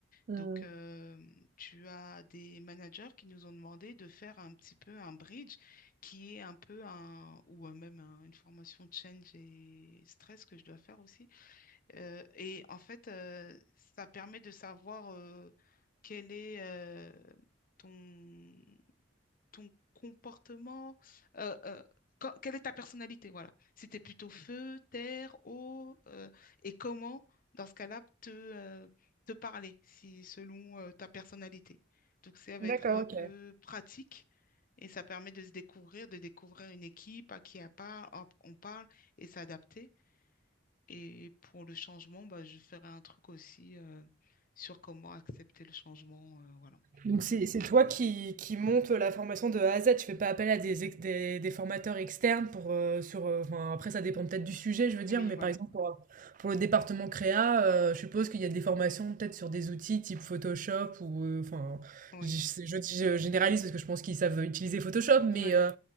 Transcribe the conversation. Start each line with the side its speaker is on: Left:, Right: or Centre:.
Right: Mmh.
Left: Donc, euh, tu as des managers qui nous ont demandé de faire un petit peu un bridge qui est un peu un, ou euh, même un- une formation change et stress que je dois faire aussi. Euh, et en fait, euh, ça permet de savoir euh, quel est euh, ton ton comportement, euh, euh, quand- quelle est ta personnalité, voilà. Si tu es plutôt feu, terre, eau, euh, et comment, dans ce cas-là, te, euh, te parler, si selon euh, ta personnalité. Donc ça va
Right: D'accord,
Left: être un
Right: OK.
Left: peu pratique et ça permet de se découvrir, de découvrir une équipe à qui à part- hop, on parle et s'adapter. Et pour le changement, bah, je ferai un truc aussi euh, sur comment accepter le changement, euh, voilà.
Right: Donc c'est c'est toi qui, qui monte la formation de A à Z, tu fais pas appel à des, ex- des, des formateurs externes pour euh, sur euh, enfin, après ça dépend peut-être du sujet, je veux dire,
Left: Oui,
Right: mais
Left: voilà.
Right: par exemple pour, euh, pour le département créa, euh, je suppose qu'il y a des formations peut-être sur des outils type Photoshop ou euh, enfin
Left: Oui,
Right: je, dis- je dis- je généralise parce que je pense qu'ils savent utiliser Photoshop,
Left: oui.
Right: mais euh,